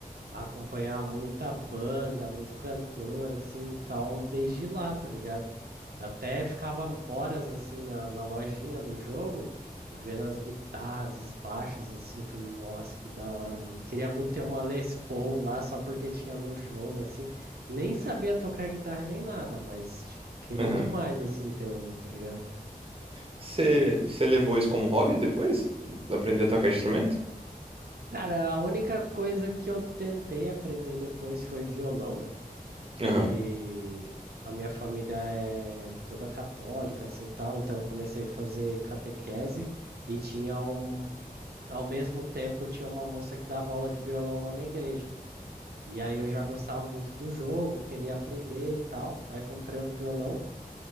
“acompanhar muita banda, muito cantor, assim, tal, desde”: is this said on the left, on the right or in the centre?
Right